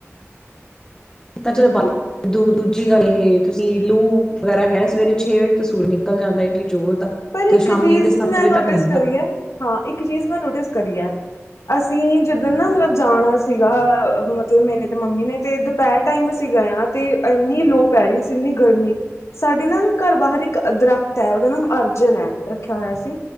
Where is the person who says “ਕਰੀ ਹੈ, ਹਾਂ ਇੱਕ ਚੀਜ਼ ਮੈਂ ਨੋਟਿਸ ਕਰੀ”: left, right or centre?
Left